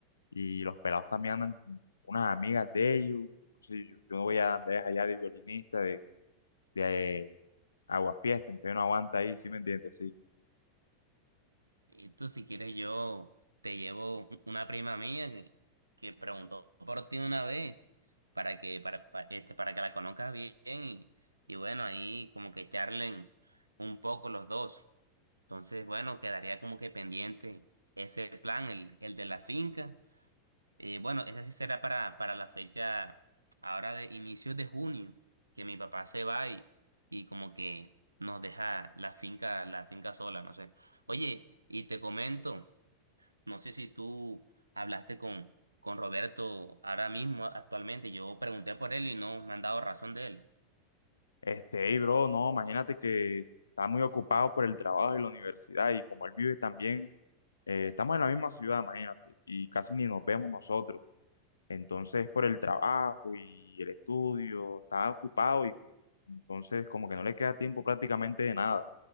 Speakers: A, on the left; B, on the right.
A: y los pelados también andan con unas amigas de ellos. Entonces, yo, yo no voy a andar allá de violinista, de, de, agua fiesta, entonces no aguanta ahí, ¿sí me entiendes? Sí,
B: Y tú, si quieres, yo te llevo u- una prima mía que, que preguntó por ti una vez para que, para, pa- este, para que la conozcas bien y, y bueno, ahí como que charlen un poco los dos. Entonces, bueno, quedaría como que pendiente ese plan, el, el de la finca. Eh, bueno, ese sí será para, para la fecha ahora de inicios de junio, que mi papá se va y, y como que nos deja la finca, la finca sola, no sé. Oye, y te comento, no sé si tú hablaste con, con Roberto ahora mismo, actualmente. Yo pregunté por él y no me han dado razón de él.
A: Este, hey, bro, no, imagínate que está muy ocupado por el trabajo y la universidad y como él vive también, eh, estamos en la misma ciudad, imagínate, y casi ni nos vemos nosotros. Entonces, por el trabajo y el estudio, está ocupado y entonces como que no le queda tiempo prácticamente de nada.